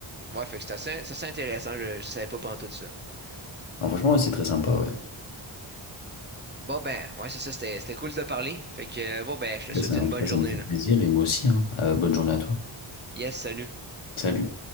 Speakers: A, on the right; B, on the left.
A: ouais, fait que c'est assez, c'est assez intéressant. Je ne savais pas pendant tout ça. Donc, euh,
B: Alors, franchement, ouais, c'est très sympa, ouais. En
A: Bon ben, ouais, c'est ça, c'était c'était cool de te parler. Fait que euh, bon ben, je te
B: tout
A: souhaite
B: cas, ça,
A: une
B: en tout
A: bonne
B: cas,
A: journée
B: ça m'a fait
A: là.
B: plaisir et moi aussi, hein. Euh, bonne journée à toi.
A: Yes, salut.
B: Salut.